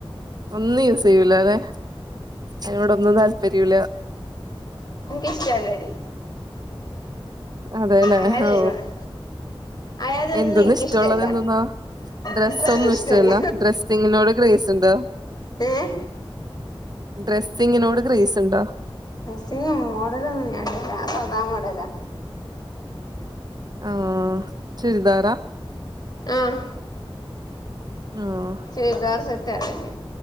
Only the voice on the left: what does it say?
ഇൻക് ഇഷ്ടല്ലടി
അയാത്
പരിപാടി അയാതൊന്നും
എനിക്കിഷ്ടമല്ല
എനിക്കൊക്കെ
ഇഷ്ടമല്ല
ഏഹ്
ഡസിംഗും മോഡലൊന്നും ഞാൻ ഇടലില്ല ഞാൻ സദാ മോഡലാ
ആ
ചുരിതാർ സെറ്റ ഇടൽ